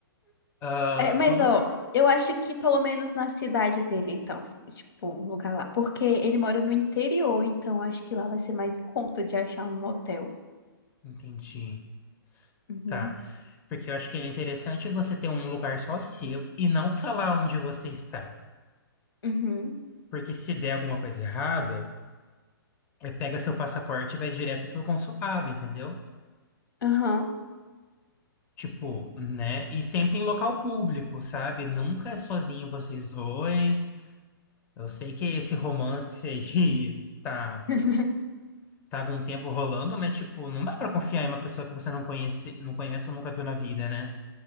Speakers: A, on the left (about 15°); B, on the left (about 75°).
A: Ah,
B: É, mas,
A: vamos.
B: ó, eu acho que pelo menos na cidade dele, então, tipo, um lugar lá. Porque ele mora no interior, então acho que lá vai ser mais em conta de achar um motel.
A: Entendi.
B: Uhum.
A: Tá. Porque eu acho que é interessante você ter um lugar só seu e não falar onde você está.
B: Uhum.
A: Porque se der alguma coisa errada, é pega seu passaporte e vai direto pro consulado, entendeu?
B: Aham.
A: Tipo, né? E sempre em local público, sabe? Nunca é sozinho vocês dois. Eu sei que esse romance aí <laughs> tá,
B: <laughs>
A: tá algum tempo rolando, mas, tipo, não dá pra confiar em uma pessoa que você não conhece, não conhece ou nunca viu na vida, né?